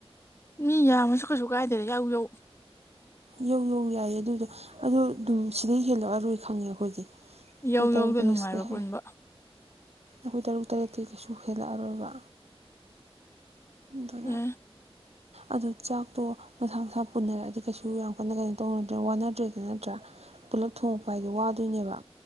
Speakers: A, on the left; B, on the right.
A: ꯃꯤ ꯌꯥꯝꯃꯁꯨ ꯀꯩꯁꯨ ꯀꯥꯏꯗꯦ ꯌꯥꯎ ꯌꯧ
B: ꯌꯧ ꯌꯧ ꯌꯥꯏꯌꯦ ꯑꯗꯨꯏꯗꯣ ꯑꯗꯣ ꯗꯨꯝ ꯁꯤꯗꯩ ꯍꯦꯜꯂꯛꯑꯔꯣꯏ ꯈꯪꯉꯦ ꯑꯈꯣꯏꯗꯤ ꯑꯈꯣꯏ
A: ꯌꯧ
B: ꯇꯔꯨꯛ
A: ꯌꯧꯗ
B: ꯇꯔꯦꯠ
A: ꯅꯨꯡꯉꯥꯏꯕ
B: ꯁꯤꯗꯩ ꯍꯦ
A: ꯄꯨꯟꯕ
B: ꯑꯈꯣꯏ ꯇꯔꯨꯛ ꯇꯔꯦꯠꯇꯩ ꯀꯩꯁꯨ ꯍꯦꯜꯂꯛꯑꯔꯣꯏꯕ ꯑꯗꯨꯅ
A: ꯌꯥꯏ
B: ꯑꯗꯨ ꯆꯥꯛꯇꯣ ꯃꯁꯥ ꯃꯁꯥ ꯄꯨꯅꯔꯛꯑꯗꯤ ꯀꯩꯁꯨ ꯌꯥꯝ ꯀꯟꯅ ꯀꯩꯅꯣ ꯇꯧꯅꯗ꯭ꯔꯦ ꯋꯥꯅꯗ꯭ꯔꯦꯗ ꯅꯠꯇ꯭ꯔꯥ ꯄꯨꯜꯂꯞ ꯊꯣꯡꯉꯛꯄ ꯍꯥꯏꯗꯣ ꯋꯥꯗꯣꯏꯅꯦꯕ